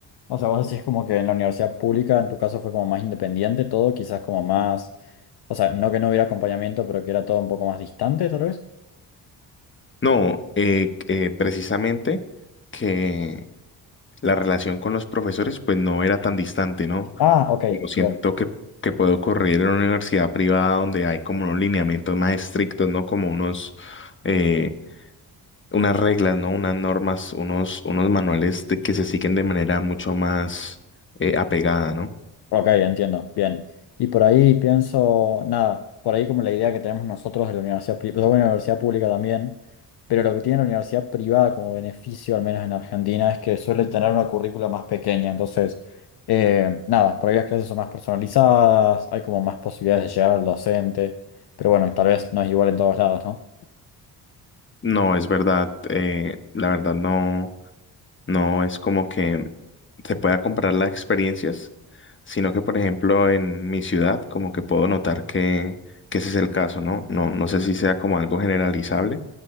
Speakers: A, on the left (about 60°); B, on the left (about 25°).
A: O sea, vos decís como que en la universidad pública, en tu caso fue como más independiente todo, quizás como más, o sea, no que no hubiera acompañamiento, pero que era todo un poco más distante, tal vez.
B: No, eh, eh, precisamente que la relación con los profesores pues no era tan distante, ¿no?
A: Ah, ok,
B: Como siento
A: bien.
B: que, que puede ocurrir en una universidad privada donde hay como unos lineamientos más estrictos, ¿no? Como unos... eh, unas reglas, ¿no? Unas normas, unos, unos manuales de- que se siguen de manera mucho más eh, apegada, ¿no?
A: Ok, entiendo, bien. Y por ahí pienso, nada, por ahí como la idea que tenemos nosotros de la universidad, pri- pues, bueno, la universidad pública también, pero lo que tiene la universidad privada como beneficio, al menos en Argentina, es que suele tener una currícula más pequeña, entonces, eh, nada, por ahí las clases son más personalizadas, hay como más posibilidades de llegar al docente, pero bueno, tal vez no es igual en todos lados, ¿no?
B: No, es verdad, eh, la verdad no, no es como que se pueda comprar las experiencias, sino que, por ejemplo, en mi ciudad, como que puedo notar que, que ese es el caso, ¿no? No, no sé si sea como algo generalizable,